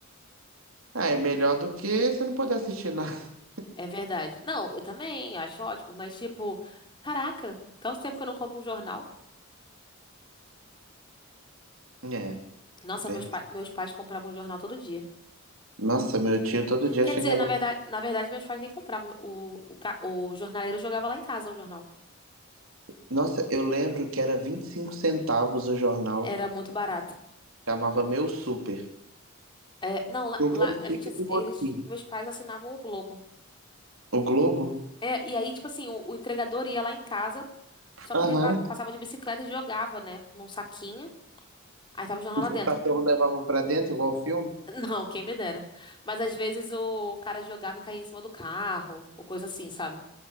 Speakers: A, on the right; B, on the left.
A: Ah, é melhor do que você não poder assistir nada. <laughs>
B: É verdade. Não, eu também acho ótimo, mas tipo, caraca, tanto tempo que eu não compro um jornal.
A: É,
B: Nossa,
A: ver-
B: meus, pa meus pais compravam um jornal todo dia.
A: nossa, meu tio todo dia
B: Quer
A: chegava.
B: dizer, na verdade, na verdade, meus pais nem compravam. O, o, ca- o jornaleiro jogava lá em casa o jornal.
A: Nossa, eu lembro que era 25 centavos o jornal,
B: Era muito barato.
A: chamava Meu Super.
B: É, não, lá,
A: O
B: lá
A: meu ticket
B: a gente, assi-
A: de motim.
B: eles, meus pais assinavam o Globo.
A: O Globo?
B: É, e aí, tipo assim, o, o entregador ia lá em casa, só
A: Aham.
B: que ele pa- passava de bicicleta e jogava, né, num saquinho. Aí tava o jornal
A: E
B: lá dentro.
A: o cachorro levava pra dentro, igual o filme?
B: <laughs> Não, quem me dera. Mas às vezes o cara jogava e caía em cima do carro, ou coisa assim, sabe?